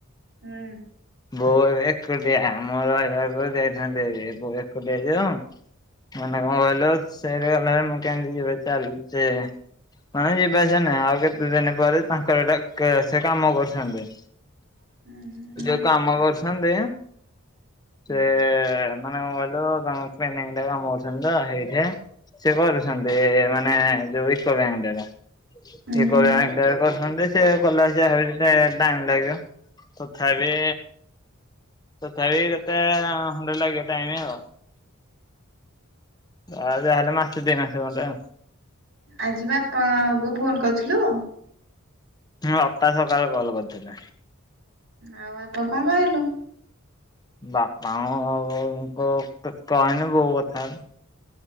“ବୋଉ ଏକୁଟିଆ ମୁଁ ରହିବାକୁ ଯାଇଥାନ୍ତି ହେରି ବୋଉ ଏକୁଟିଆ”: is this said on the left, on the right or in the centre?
Left